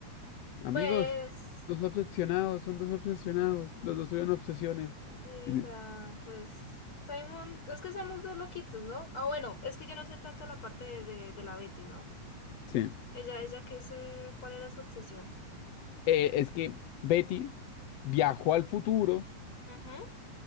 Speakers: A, on the left; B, on the left.
A: amigos,
B: Pues,
A: dos obsesionados, son dos obsesionados, los dos tuvieron obsesiones.
B: sí,
A: Y
B: o
A: le-
B: sea, pues Simon, es que somos dos loquitos, ¿no? Ah, bueno, es que yo no sé tanto la parte de, de, de la Betty, ¿no?
A: sí.
B: Ella, ella, ¿qué sé? ¿Cuál era su obsesión?
A: Eh, es que Betty viajó al futuro
B: Ujú,